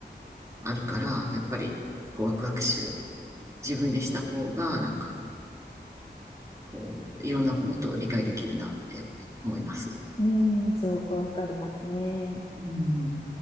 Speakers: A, on the right; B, on the left.
A: あるから、やっぱりこうワクワク集、自分でした方が、なんかこう、いろんなもっと理解できるなってやっぱり思います。
B: うん。うんすごくわかりますね。
A: うん